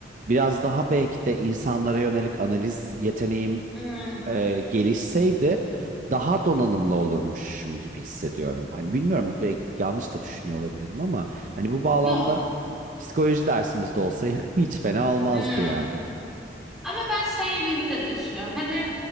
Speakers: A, on the right (about 45°); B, in the centre.
A: biraz daha belki de insanlara yönelik analiz yeteneğim
B: hmm.
A: e, gelişseydi daha donanımlı olurmuşum gibi hissediyorum. Hani bilmiyorum belki yanlış da düşünüyor olabilirim ama hani bu bağlamda
B: Yok.
A: psikoloji dersimizde olsaydı <laughs> hiç fena olmazdı
B: Hmm.
A: yani.
B: Ama ben şey gibi de düşünüyorum. Hani